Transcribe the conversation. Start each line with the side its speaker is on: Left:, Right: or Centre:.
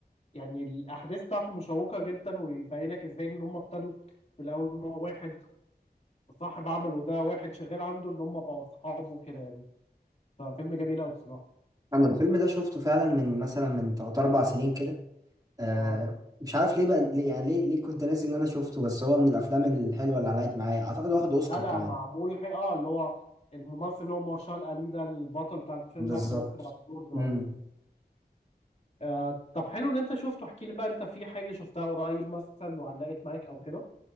Left: يعني الاحداث بتاعته مشوقه جدا ويبين لك ازاي ان هم ابتدوا في الاول ان هو واحد صاحب عمله ده واحد شغال عنده ان هم بقوا اصحاب وكده يعني ففيلم جميل قوي بصراحه
Right: انا الفيلم ده شفته فعلا من مثلا من 3 4 سنين كده آه
Left: اه
Right: مش عارف ليه بقى ليه يعني ليه ليه كنت ناسي ان انا شفته بس هو من الافلام الحلوه اللي علقت معايا اعتقد واخد اوسكار
Left: لا لا
Right: كمان
Left: معمول حي... اه اللي هو الممثل اللي هو مارشال الي ده البطل بتاع الفيلم
Right: بالظبط
Left: اخد اوسكار على الدور ده
Right: امم
Left: اه آه، طب حلو ان انت شفته احكي لي بقى انت في حاجه شفتها قريب مثلا وعلقت معاك او كده